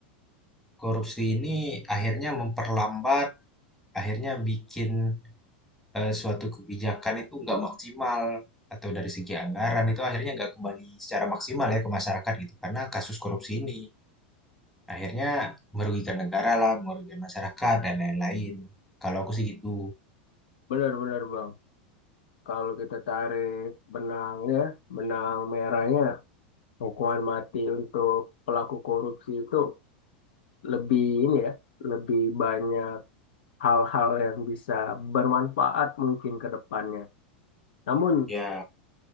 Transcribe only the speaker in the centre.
korupsi ini akhirnya memperlambat, akhirnya bikin eh, suatu kebijakan itu nggak maksimal atau dari segi anggaran itu akhirnya nggak kembali secara maksimal ya ke masyarakat gitu karena kasus korupsi ini akhirnya merugikan negara lah, merugikan masyarakat dan lain-lain. Kalau aku sih gitu.
Ya,